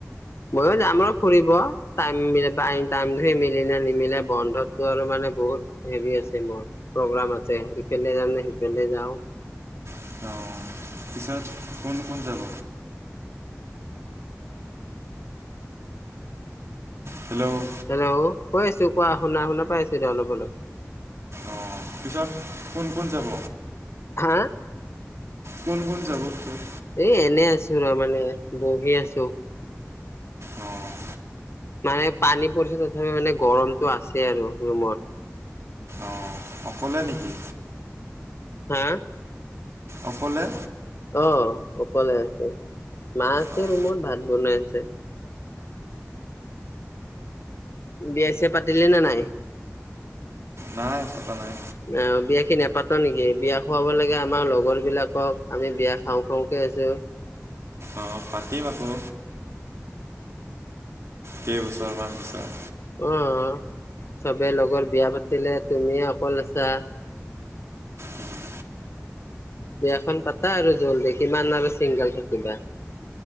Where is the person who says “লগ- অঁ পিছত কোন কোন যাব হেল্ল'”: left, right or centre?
Right